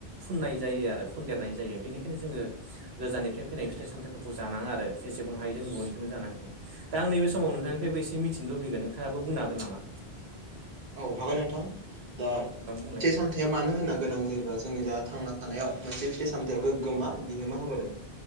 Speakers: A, on the right; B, on the right.
A: फुननाय जायो आरो फुनदेरनाय जायो बेनिखायनो जोङो गोजाननिफ्राय फैनाय फिथाइ सामथायाइफोर खौ जानाङा आरो जेसेबां हायो जों न'निखोनो जानांगौ। दा आं नैबे समाव नोंथांनिफायबो एसे मिथिंनो लुबैगोन नोंथाङाबो बुंनो हागोन नामा।
B: औ हागोन नोंथां दा
A: औ नोंथां बुंलाय
B: से साम फिथायया मानो होनना गोनां जायोबा जोंनि जोहा थांना थानायाव मोनसे फिथाइ सामथायाइया
A: औ
B: गोग्गोम मा बिहोमा होबोदों।